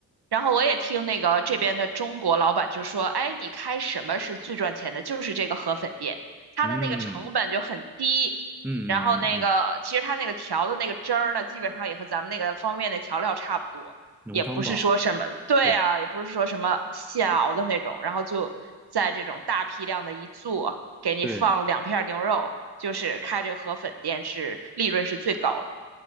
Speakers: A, on the right; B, in the centre.
A: 然后我也听那个这边的中国老板就说，哎，你开什么是最赚钱的？就是这个河粉店，它的那个成本就很低，
B: 嗯嗯嗯嗯，
A: 然后那个其实它那个调的那个汁儿呢，
B: 嗯，
A: 基本上也和咱们那个方便面的调料差不多，
B: 浓汤宝，
A: 也不是说什么，对啊，
B: 对
A: 也不是说什么现熬的那种，然后就在这种大批量的一做，给你放两片牛肉，
B: 对
A: 就是开这个河粉店是利润是最高的，